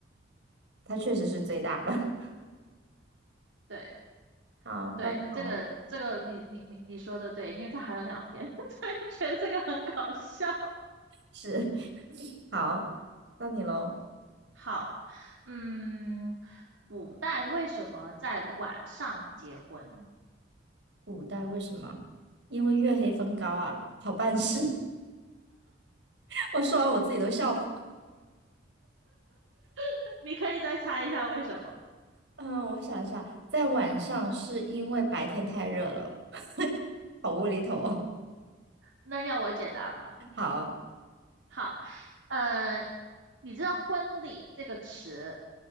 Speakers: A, on the right; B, on the right.
A: 它确实是最大的。
B: 对
A: <laughs> 好，到你喽，
B: 对，这个这个你你你你说的对，因为它还有两边，<laughs> 对，觉得这个很搞笑。
A: 是，<laughs> 好，到你喽。
B: 好，嗯，古代为什么在晚上结婚？
A: 古代为什么？因为月黑风高啊，好办事。<laughs> 我说完我自己都笑了。
B: <laughs> 你可以再猜一下为什么？
A: 嗯，我想一下，在晚上是因为白天太热了，<laughs> 好无厘头哦。
B: 那要我解答吗？
A: 好，
B: 好，呃，你知道“婚礼”这个词，